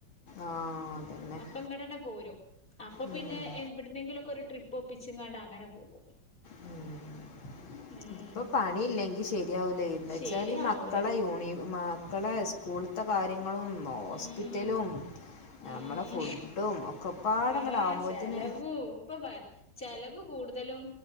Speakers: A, on the left (about 70°); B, on the left (about 40°).
A: ആ അതന്നെ
B: അപ്പൊ ഇങ്ങടന്നെ പോരും അപ്പൊ
A: ഉം
B: പിന്നെ എവിടെന്നെങ്കിലുക്കെ ഒരു ട്രിപ്പ് ഒപ്പിച്ചിങ്ങാണ്ട് അങ്ങനെ പോകും
A: ഉം
B: ഉം
A: ഇപ്പോ പണി ഇല്ലെങ്കി ശരിയാവുലേ എന്താച്ചാൽ
B: ശരിയാവൂല
A: ഈ മക്കളെ യൂണി മക്കളെ സ്കൂൾത കാര്യങ്ങളും ഹോസ്പിറ്റലും
B: ഉം
A: നമ്മളെ
B: ഉം
A: ഫുഡും ഒക്കെ പാടങ്ങടാവുമ്പോത്തന്
B: ആഹ് ചെലവ് ഇപ്പൊ ചെലവ് കൂടുതലും